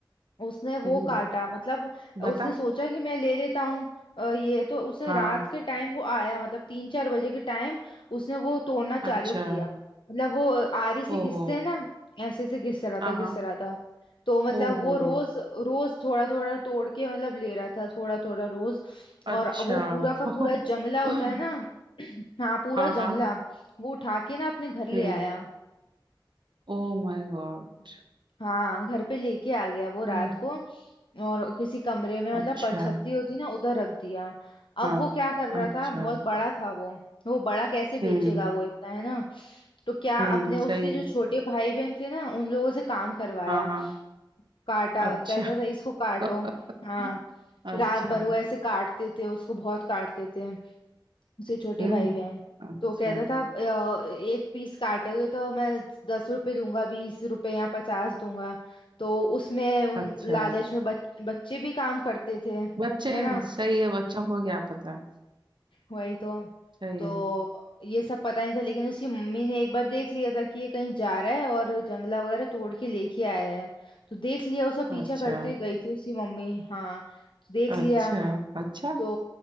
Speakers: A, on the left (about 75°); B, on the right (about 65°).
A: उसने वो
B: हम्म
A: काटा मतलब
B: बता
A: उसने सोचा कि मैं ले लेता हूँ अ, ये तो उसने
B: हाँ
A: रात के टाइम वो आया मतलब तीन चार बजे के टाइम उसने वो तोड़ना चालू
B: अच्छा
A: किया मतलब वो आरी से
B: ओहो
A: घिसते हैं ना ऐसे से घिस रहा
B: हाँ
A: था घिस
B: हाँ
A: रहा था तो मतलब
B: ओहो
A: वो रोज रोज थोड़ा थोड़ा तोड़ के मतलब ले रहा था थोड़ा थोड़ा रोज और
B: अच्छा
A: वो पूरा का
B: <laughs>
A: पूरा जंगला होता है ना <clears throat> हाँ पूरा
B: हाँ
A: जंगला
B: हाँ
A: वो उठा के ना अपने घर ले
B: हम्म
A: आया
B: Oh my god
A: हाँ घर पे लेके आ गया वो
B: ये
A: रात को और किसी कमरे में मतलब
B: अच्छा
A: परछत्ती होती ना उधर रख दिया अब
B: हाँ
A: वो क्या कर
B: अच्छा
A: रहा था बहुत बड़ा था वो वो बड़ा कैसे बेचेगा
B: हम्म
A: वो इतना है ना तो क्या
B: हम्म
A: अपने उसके
B: सही
A: जो
B: है
A: छोटे भाई बहन थे ना उन लोगों से काम करवाया
B: हाँ हाँ
A: काटा
B: अच्छा
A: कहता था इसको काटो
B: <laughs>
A: हाँ
B: अच्छा
A: रात भर वो ऐसे काटते थे उसको बहुत काटते थे उसके छोटे
B: हम्म
A: भाई बहन
B: अच्छा
A: तो कहता था "अ, एक पीस काटे हुए तो मैं दस रुपए दूंगा बीस रुपए या पचास दूंगा तो उसमें उन
B: अच्छा
A: लालच में बच, बच्चे भी काम करते थे
B: बच्चे
A: है ना
B: सही है बच्चों को क्या पता
A: वही तो
B: सही
A: तो
B: है
A: ये सब पता नहीं था लेकिन उसकी मम्मी ने एक बार देख लिया था कि ये कहीं जा रहा है और जंगला वगैरह तोड़ के लेके आया है तो देख लिया उसका
B: अच्छा
A: पीछा करते हुए गई थी उसकी मम्मी हाँ तो देख
B: अच्छा
A: लिया
B: अच्छा
A: तो